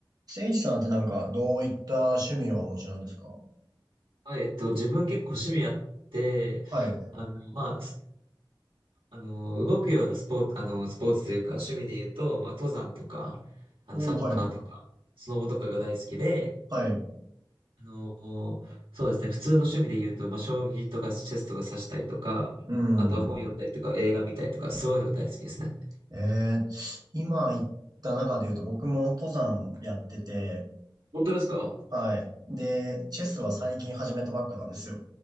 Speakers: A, on the right; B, on the right.
A: せいじさんってなんかどういった趣味をお持ちなんですか
B: はい、えっと、自分結構趣味あって、
A: はい。
B: あの、まあ、すあの、動くようなスポーツ、あの、スポーツというか、趣味で言うと、まあ、登山とか、あの、
A: おー、
B: サッカーとか、
A: はい。
B: スノボとかが大好きで、
A: はい。
B: あの、そうですね、普通の趣味で言うと、まあ、将棋とかチェスとか指したりとか、
A: うん。
B: あとは本読んだりとか、映画見たりとか、そういうのが大好きですね。
A: えー、今言った中で言うと僕も登山やってて、
B: 本当ですか
A: はい。で、チェスは最近始めたばっかなんですよ。